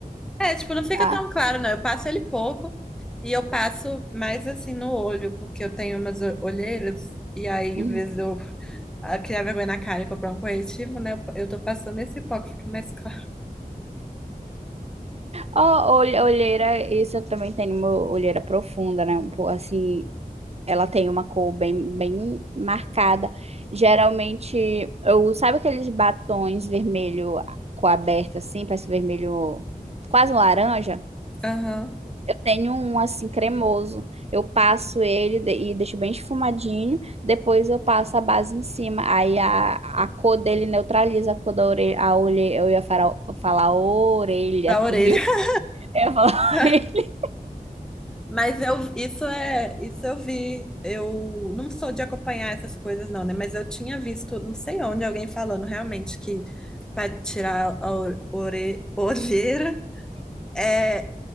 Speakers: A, in the centre; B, on the right.
A: É, tipo, não fica
B: Ah.
A: tão claro, não. Eu passo ele pouco e eu passo mais assim no olho, porque eu tenho umas o- olheiras e aí, em
B: Uhum.
A: vez de eu ah, criar vergonha na cara e comprar um corretivo, né, eu, eu tô passando esse pouco, fica mais claro.
B: Ó, olhe- olheira, isso eu também tenho uma olheira profunda, né? Um pouco assim, Ela tem uma cor bem, bem marcada. Geralmente, eu, sabe aqueles batons vermelho com aberta assim, parece vermelho, quase um laranja?
A: Aham.
B: Eu tenho um assim cremoso. Eu passo ele de- e deixo bem esfumadinho, depois eu passo a base em cima. Aí a, a cor dele neutraliza a cor da orelha, a olhe, eu ia falar, falar orelha,
A: Da orelha.
B: tu viu? Eu ia falar
A: <laughs>
B: <laughs> orelha.
A: Mas eu, isso é, isso eu vi. Eu não sou de acompanhar essas coisas, não, né? Mas eu tinha visto, não sei onde, alguém falando realmente que para tirar a o- ore, olheira é,